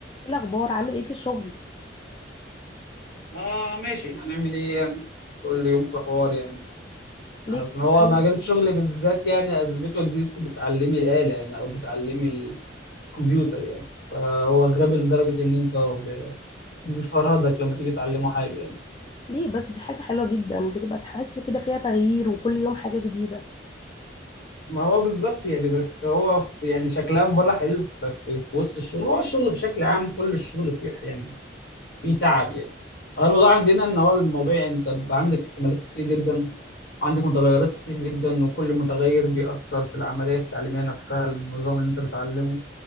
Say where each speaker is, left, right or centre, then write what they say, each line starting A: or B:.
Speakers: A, on the left; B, on the left.
A: ايه الاخبار عامل ايه في الشغل
B: آه ماشي هنعمل ايه يعني كل يوم في حوار يعني
A: ليه
B: اصل
A: كده
B: هو
A: شايف
B: مجال الشغل بالذات يعني ازمته ان انت بتعلمي الآلة يعني او بتعلمي الكمبيوتر يعني فهو غبي لدرجة ان انت ب- بيفرهدك لما تيجي تعلمه حاجة يعني
A: ليه بس دي حاجه حلوه جدا بتبقى تحس كده فيها تغيير وكل يوم حاجه جديده
B: ما هو بالظبط يعني بس هو في- يعني شكلها من بره حلو بس في وسط الشغل هو الشغل بشكل عام كل الشغل فيه يعني في تعب يعني هو الموضوع عندنا ان هو الموضوع انت بيبقى عندك احتمالات كتير جدا وعندك متغيرات كتير جدا وكل متغير بيأثر في العملية التعليمية نفسها النظام اللي انت بتعلمه